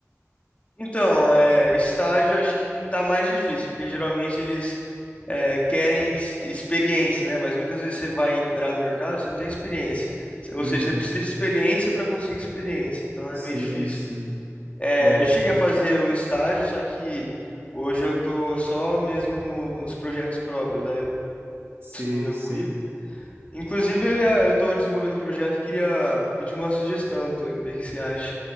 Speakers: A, on the left; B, on the right.
A: Então, é, estágio acho que tá mais difícil, porque geralmente eles é, querem ex- experiência, né? Mas muitas vezes você vai entrar no mercado, você não tem experiência. Ou
B: Uhum.
A: seja, você precisa de experiência para conseguir experiência, então é
B: Sim,
A: meio difícil.
B: sim.
A: É,
B: É,
A: eu cheguei a fazer o estágio, só que hoje eu tô só mesmo no- nos projetos próprios, aí
B: sei,
A: isso no meu
B: sei.
A: currículo. Inclusive, eu, ia, eu tô desenvolvendo um projeto e queria pedir uma sugestão, tu, ver o que você acha.